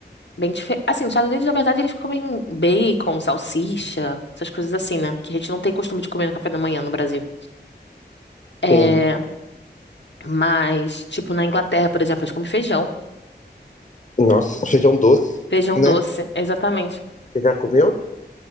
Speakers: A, on the left; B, on the left.
A: bem diferente. Assim, nos Estados Unidos, na verdade, eles comem bacon, salsicha, essas coisas assim, né? Que a gente não tem costume de comer no café da manhã no Brasil. É,
B: sim.
A: mas, tipo, na Inglaterra, por exemplo, eles comem feijão.
B: Nossa, feijão doce,
A: Feijão
B: né?
A: doce, exatamente.
B: Você já comeu?